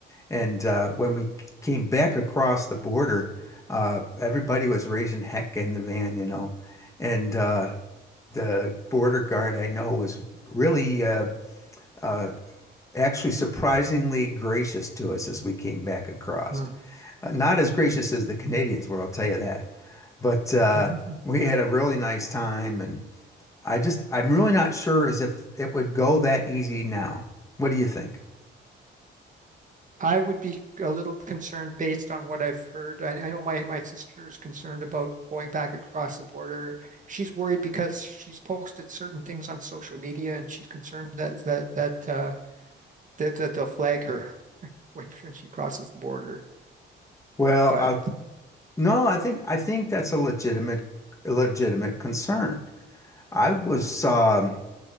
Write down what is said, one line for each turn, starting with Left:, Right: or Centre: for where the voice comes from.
Left: And uh, when we came back across the border, uh, everybody was raising heck in the van, you know. And uh, the border guard I know was really uh, uh, actually surprisingly gracious to us as we came back across.
Right: Hmm.
Left: Uh, not as gracious as the Canadians were, I'll tell you that. But uh,
Right: <laughs> Mhm.
Left: we had a really nice time and I just, I'm really not sure as if it would go that easy now. What do you think?
Right: I would be a little concerned based on what I've heard. I, I know my, my sister is concerned about going back across the border. She's worried because she's posted certain things on social media and she's concerned that that that uh, that, that they'll flag her <laughs> when, when she crosses the border.
Left: Well,
Right: But
Left: i No, I think I think that's a legitimate a legitimate concern. I was um,